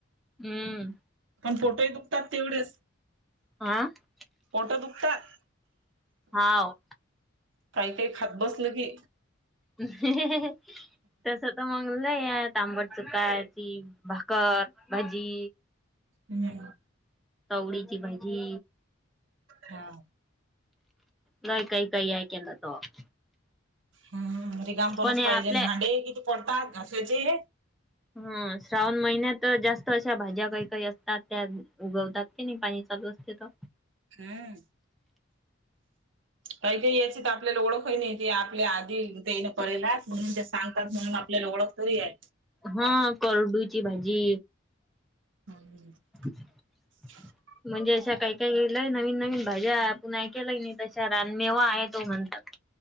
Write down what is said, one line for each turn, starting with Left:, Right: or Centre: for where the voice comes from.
Centre: हम्म
Right: पण पोटही दुखतात तेवढच.
Centre: हा <unintelligible>
Right: पोट दुखतात
Centre: हाव.
Right: काही काही खात बसलं की
Centre: ह ह ह ह तर <unintelligible> तस मग लई ये आंबट चुका ती भाकर भाजी
Right: हुम.
Centre: चवडीची भाजी.
Right: हा.
Centre: नाही काही काही ऐकायला येणार तेव्हा <unintelligible>
Right: हुम ते काम कोणच
Centre: पण हे
Right: पाहिजे
Centre: आपल्या
Right: भांडे किती पोटात घासायचे
Centre: मुम सावन महिन्यात जास्त अशा भाज्या काय काय येतात त्या उगवतात. तीनही पाणी चालू असतंय का?
Right: हुम. काही काही याचीत आपल्याला ओळखही नाही ते आपल्या आधी ते करेलाच म्हणून ते सांगतात म्हणून आप आपल्याला ओळख तरी ये.
Centre: हा कज्रडूची भाजी
Right: हम् <unintelligible>
Centre: अच <unintelligible>
Right: <unintelligible>
Centre: म्हणजे अशा काय काय लय नवीन नवीन भाज्या तुम्ही ऐकण्यात नाही अशा गावरान मेवा आहे हो म्हणतात